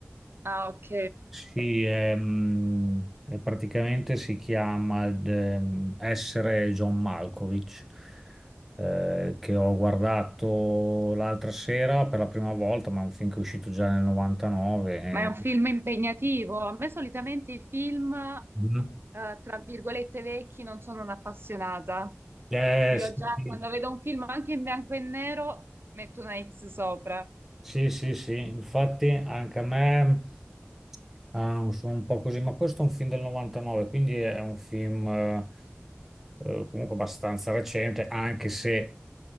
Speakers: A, on the right; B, in the centre.
A: ah, ok.
B: sì, è, mm, è praticamente si chiama ehm, Essere John Malkovich, eh, che ho guardato l'altra sera per la prima volta, ma è un film che è uscito già nel 99.
A: Ma è un
B: eh.
A: film impegnativo. A me solitamente i film,
B: Mhm.
A: eh, tra virgolette, vecchi non sono un'appassionata.
B: Eh,
A: Io
B: sì,
A: già
B: sì,
A: quando vedo un film anche in bianco e nero metto una X sopra.
B: sì, sì, sì. infatti anche a me ah, sono un po' così, ma questo è un film del 99, quindi è un film... eh, eh, comunque abbastanza recente, anche se